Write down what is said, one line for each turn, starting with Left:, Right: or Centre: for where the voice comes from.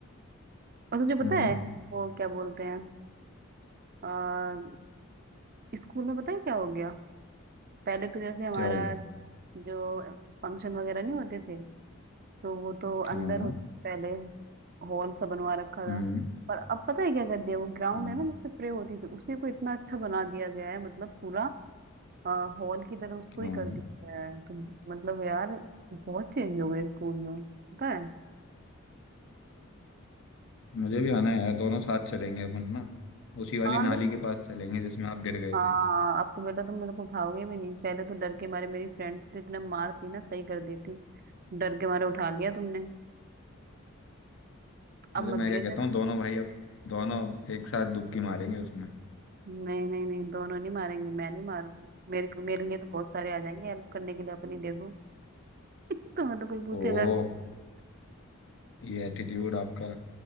Right: और तुझे
Left: हम्म
Right: पता है वो क्या बोलते हैं आ, स्कूल में पता है क्या हो गया पहले तो जैसे हमारा
Left: क्या हो गया
Right: जो फंक्शन वगैरह नहीं होते थे तो वो तो
Left: हाँ
Right: अंदर होते से पहले हॉल सा बनवा रखा था
Left: हम्म
Right: पर अब पता है क्या कर दिया वो ग्राउंड
Left: हम्म
Right: है ना जिससे प्रे होती थी उसी को इतना अच्छा बना दिया गया है मतलब पूरा हॉल की तरह उसको
Left: हाँ
Right: ही कर दिया गया है तो मतलब यार बहुत चेंज हो गए स्कूल में पता है
Left: मुझे भी आना है यार दोनों साथ चलेंगे अपन ना उसी वाली
Right: हाँ तो
Left: नाली
Right: तुम
Left: के पास चलेंगे जिसमें आप गिर गए
Right: हाँ
Left: थे
Right: अब तो बेटा तुम मेरे को उठाओगे भी नहीं पहले तो डर के मारे मेरी फ्रेंड तो इतना मारती ना सही कर देती डर के मारे उठा लिया तुमने अब
Left: अरे
Right: मत
Left: मैं
Right: घेर
Left: क्या कहता
Right: देना
Left: हूँ दोनों भाई अब दोनों अब एक साथ डुबकी मारेंगे उसमें
Right: नहीं नहीं नहीं दोनों नहीं मारेंगे मैं नहीं मारूंगी मेरे मेरे लिए तो बहुत सारे आ जाएंगे हेल्प करने के लिए अपनी देखो <laughs> तुम्हें तो कोई पूछेगा
Left: ओह
Right: भी
Left: ये एटीट्यूड आपका